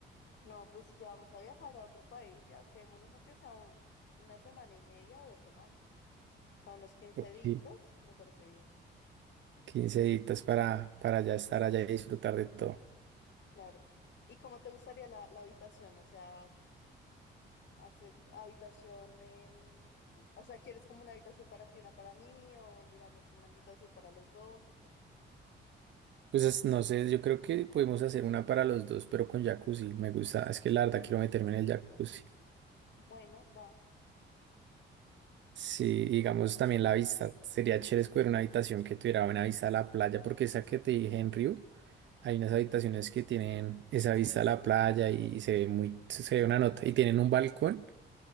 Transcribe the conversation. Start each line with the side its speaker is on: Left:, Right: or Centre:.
Left: No, pues si ya vamos a viajar a otro país, ya quedémonos aunque sea un- una semana y media o dos semanas. O sea, unos quince
Right: Ok.
Left: días, me parece bien.
Right: Quince días para, para ya estar allá y disfrutar de todo.
Left: Claro. ¿Y cómo te gustaría la, la habitación? O sea, hace habitación en... O sea, ¿quieres como una habitación para ti, una para mí? ¿O miramos una habitación para los dos? ¿O qué?
Right: Pues es- no sé, yo creo que podemos hacer una para los dos, pero con jacuzzi. Me gusta, es que la verdad quiero meterme en el jacuzzi.
Left: Bueno, va.
Right: Sí, digamos también la vista. Sería chévere escoger una habitación que tuviera buena vista a la playa, porque esa que te dije en Río. Hay unas habitaciones que tienen esa vista a la playa y se ve muy, se ve una nota. Y tienen un balcón